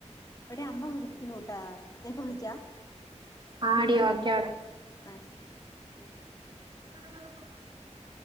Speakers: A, on the left; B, on the right.
A: എടി അമ്മ വിളിക്കൂണുട്ടാ ഞാപ്പൊ വിളിക്കാ
B: ആടി
A: നിക്ക്
B: ഓക്കെ
A: ആ ശരി ഉം
B: ആഹ്